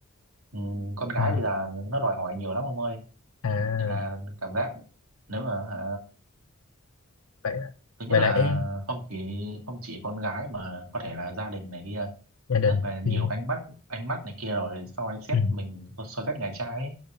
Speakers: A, on the right (about 85°); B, on the left (about 85°).
A: ừ, con gái
B: à,
A: bây giờ nó đòi hỏi nhiều lắm ông ơi
B: à.
A: nên là cảm giác nếu mà hả,
B: vậy
A: thứ nhất
B: vậy
A: là
B: là ý
A: không chỉ không chỉ con gái mà có thể là gia đình này kia
B: gia đình
A: rất là nhiều
B: ừ.
A: ánh mắt ánh mắt này kia rồi soi xét
B: ừ,
A: mình soi xét nhà trai ấy.